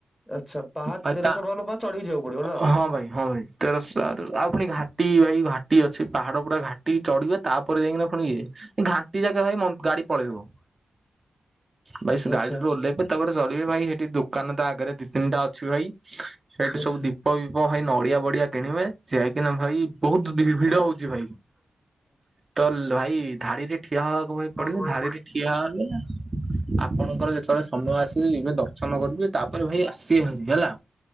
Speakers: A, on the left; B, on the right.
A: ଆଚ୍ଛା ପାହା
B: ଭାଇ
A: ତେରଶହ
B: ତା
A: ବାଉନ ପାହାଚ ଚଢି ଯିବାକୁ ପଡିବ ନାଁ।
B: ହଁ ଭାଇ ହଁ ଭାଇ ତେରସ ଆଉ ପୁଣି ଘାଟି ଭାଇ ଘାଟି ଅଛି ପାହାଡ ପୁରା ଘାଟି ଘଟି ଚଢିବେ ତାପରେ ଯାଇକିନା ପୁଣିିବେ ଘାଣ୍ଟି ଯାକେ ଭାଇ ଗାଡି ପଳେଇବ। ଭାଇ
A: ଆଚ୍ଛା
B: ଗାଡିରୁୁ
A: ଆଚ୍ଛା।
B: ଓହ୍ଲେଇବେ ତାପରେ ଚଢିବେ ଭାଇ ସେଠି ଦୋକାନ ତ ଆଗରେ ଦି ତିନିଟା ଅଛି ଭାଇ। ସେଇଠି
A: ଆଚ୍ଛା।
B: ସବୁ ଦୀପ ବିିପ ଭାଇ ନଡିଆ ବଡିଆ କିଣିବେ ଯାଇକିନା ଭାଇ ବହୁତ ଭିଡ ହଉଛି ଭାଇ। ତ ଭାଇ ଧାଡିରେ ଠିଆ ହବାକୁ ଭାଇ ପଡିବ
A: ହୁଁ। ଆଚ୍ଛା
B: ଧାଡିରେ ଠିଆ ହେଲେନା ଆପଣଙ୍କର ଯେତେବେଳେ ସମୟ ଆସିବ ଜିବେ ଦର୍ଶନ କରିବେ ତାପରେ ଭାଇ ଆସିବେ ଭାରିବି ହେଲା।